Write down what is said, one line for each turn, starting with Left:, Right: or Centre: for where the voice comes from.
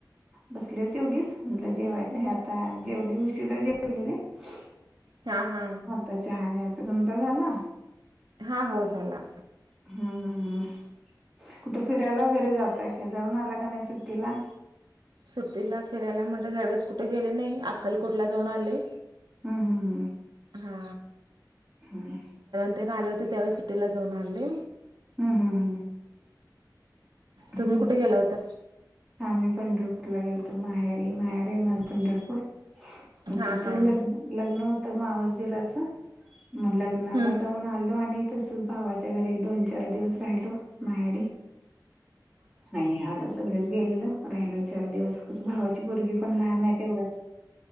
Centre: बसले ते उघीच म्हणलं जेवाय हे आता जेवले उशीिररा जेवली नाही
Right: हा हा
Centre: तर चहा घ्यायचा समजा झाला
Right: हा हो झाला
Centre: हम् हम्म हम् कुठं फिरायला वगैरे जातय का जऊन आला का नाही सुट्टीला
Right: सुट्टीला फिरायला म्हणत त्यावेळेस कुठे गेले नाही अक्कलकोटला जाऊन आले
Centre: हम हम हम
Right: हा.
Centre: हम.
Right: आले होते त्यावेळेस सुट्टीला जाऊन आले.
Centre: हम्म हम्म हम्म
Right: तुम्ही
Centre: हम्म
Right: कुठे गेला होत.
Centre: आम्ही पंढरपूर ला गेलो माहेरी माहेरी माझ पंढरपूर.
Right: हां
Centre: तिथं
Right: हां
Centre: लग्न लग्न होतं मावसजिराचं. मग लग्नाला
Right: हं.
Centre: जाऊन आलो आणि. तसच भावाच्या घरी एक दोन चार दिवस राहिलो माहेरी. आणि आलो सगळेच गेलेलो राहिलो चार दिवस कसं भावाची पोरगी पण लहान आहेत तेवढंच.